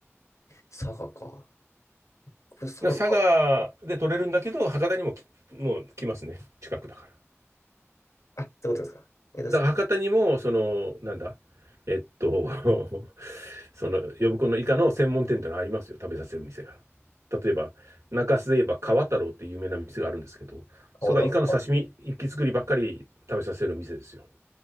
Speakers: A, on the left; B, on the right.
A: 佐賀か。これ佐賀、
B: ら佐賀で取れるんだけど、博多にもき、もう来ますね。近くだから。
A: あ、ってことですか。えっと、
B: だから博多にも、
A: 佐賀、
B: その、なんだ、えっと、<laughs> その、呼子のイカの専門店ってのありますよ。食べさせる店が。例えば、中洲で言えば川太郎っていう有名な店があるんですけど、
A: 博多の
B: それがイカの刺身、一気作りばっかり食べさせる店ですよ。